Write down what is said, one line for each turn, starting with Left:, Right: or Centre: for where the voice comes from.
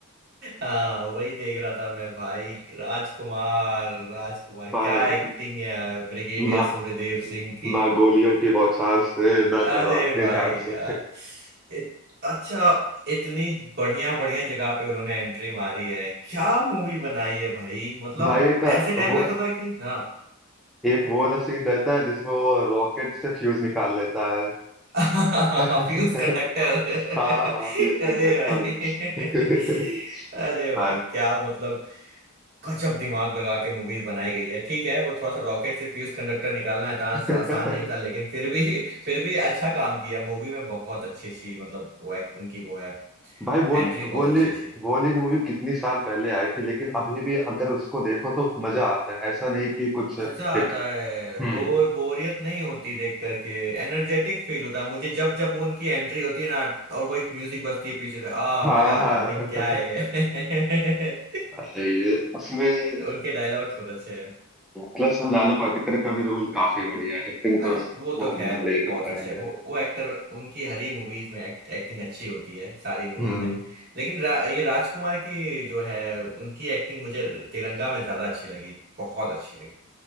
Right: वही देख रहा था मैं भाई राजकुमार राजकुमार
Centre: भाई
Right: क्या एक्टिंग है ब्रिगेडियर
Centre: ना
Right: सूर्यदेव सिंह की
Centre: ना गोलियों की बौछार से ना
Right: अरे
Centre: तलवार
Right: भाई
Centre: के धार से
Right: यार इत, अच्छा इतनी बढ़िया बढ़िया जगह पे उन्होंने एंट्री मारी है क्या मूवी बनाई है भाई मतलब
Centre: भाई एक
Right: ऐसे टाइम
Centre: वो
Right: लगता था कि हाँ
Centre: एक वो वाला सीन रहता है जिसमें वो रॉकेट से फ्यूज निकाल लेता है
Right: <laughs>
Centre: <laughs>
Right: Fuse conductor
Centre: हाँ
Right: <laughs> अरे
Centre: फ्यूज कंडक्टर
Right: भाई <laughs> अरे
Centre: <laughs>
Right: भाई
Centre: हाँ
Right: क्या मतलब गजब दिमाग लगा के मूवीज बनाई गई है ठीक है वो थोड़ा सा रॉकेट से फ्यूज कंडक्टर निकालना है आसान
Centre: <laughs>
Right: आसान नहीं था लेकिन फिर भी <laughs> फिर भी अच्छा काम किया मूवी में बहुत अच्छी अच्छी मतलब वो act- उनकी वो है
Centre: भाई वो
Right: एंट्री बहुत
Centre: बोली
Right: अच्छी अच्छी
Centre: बोली मूवी कितनी साल पहले आई थी लेकिन अभी भी अगर उसको देखो तो मजा आता है ऐसा नहीं कि कुछ हिट
Right: मजा आता है
Centre: हम्म
Right: बोर बोरियत नहीं होती देख करके एनर्जेटिक फील होता है मुझे जब जब वो उनकी एंट्री होती है ना और वो एक म्यूजिक बजती है पीछे से आ
Centre: हाँ
Right: मजा आता
Centre: हाँ
Right: है भाई क्या है ये
Centre: <laughs> ये उसमें
Right: <laughs> उनके डायलॉग्स बहुत अच्छे हैं
Centre: प्लस नाना पाटेकर का भी रोल काफी बढ़िया है एक्टिंग
Right: अरे
Centre: तो उस-
Right: वो
Centre: वो
Right: तो खैर
Centre: बंदा बढ़िया
Right: बहुत
Centre: करता
Right: अच्छे
Centre: है
Right: है
Centre: यार
Right: वो वो एक्टर उनकी हर ही मूवीज में एक्ट, एक्टिंग अच्छी होती है सारी मूवीज
Centre: हम्म
Right: में लेकिन रा, ये राजकुमार की जो है उनकी एक्टिंग मुझे तिरंगा में ज्यादा अच्छी लगी बहुत अच्छी लगी